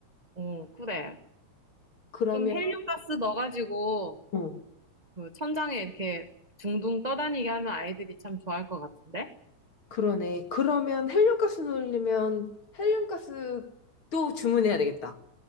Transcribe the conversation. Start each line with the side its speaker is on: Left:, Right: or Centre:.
Right: 어, 그래.
Left: 그러면,
Right: 좀 헬륨가스 넣어가지고,
Left: 어.
Right: 그 천장에 이렇게 둥둥 떠다니게 하면 아이들이 참 좋아할 것 같은데?
Left: 그러네. 그러면 헬륨가스 넣으려면 헬륨가스도 주문해야 되겠다.